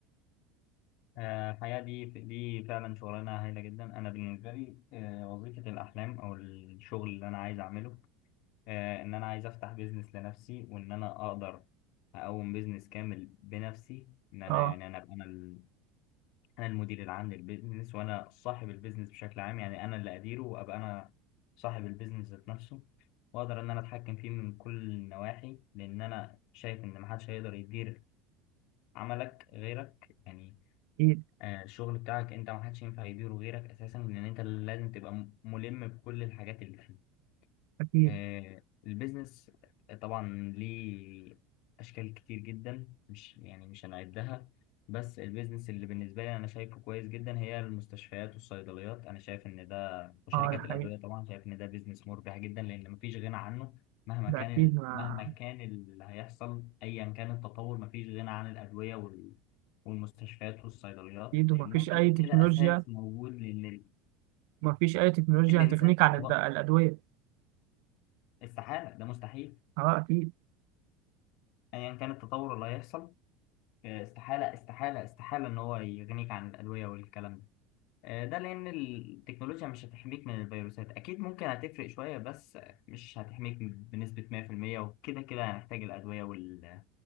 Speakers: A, on the left (about 55°); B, on the right (about 55°).
A: آه، الحقيقة دي دي فعلا شغلانة هايلة جدا أنا بالنسبة لي آه، وظيفة الأحلام أو الشغل اللي أنا عايز أعمله آه، إن أنا عايز أفتح بيزنس لنفسي وإن أنا أقدر أقوم بيزنس كامل بنفسي إن أنا
B: أه
A: يعني أنا أبقى أنا ال- أنا المدير العام للبيزنس وأنا صاحب البيزنس بشكل عام يعني أنا اللي أديره وأبقى أنا صاحب البيزنس ذات نفسه وأقدر إن أنا أتحكم فيه من كل النواحي لأن أنا شايف إن محدش هيقدر يدير عملك غيرك يعني
B: أكيد
A: آه، الشغل بتاعك انت ما حدش ينفع يديره غيرك اساسا لان انت لازم تبقى م- ملم بكل الحاجات اللي فيه
B: أكيد
A: آه، البيزنس طبعا ليه أشكال كتير جدا مش يعني مش هنعدها بس البيزنس اللي بالنسبة لي أنا شايفه كويس جدا هي المستشفيات والصيدليات أنا شايف إن ده وشركات
B: أه ده
A: الأدوية
B: حقيقي
A: طبعا شايف إن ده بيزنس مربح جدا لأن مفيش غنى عنه مهما
B: ده
A: كان
B: أكيد
A: ال...
B: ما
A: مهما كان اللي هيحصل أيا كان التطور مفيش غنى عن الأدوية وال... والمستشفيات والصيدليات
B: أكيد
A: لأنها
B: ومفيش
A: كده
B: أي
A: كده
B: تكنولوجيا
A: أساس موجود لأن ال-
B: مفيش أي تكنولوجيا
A: الإنسان
B: هتغنيك
A: مش
B: عن
A: هيبطل
B: الد- الأدوية
A: استحالة ده مستحيل
B: اه اكيد
A: ايا كان التطور اللي هيحصل آه، استحاله استحاله استحاله ان هو يغنيك عن الادويه والكلام ده آه، ده لان التكنولوجيا مش هتحميك من الفيروسات اكيد ممكن هتفرق شويه بس مش هتحميك بنسبه 100% وكده كده هنحتاج الادويه وال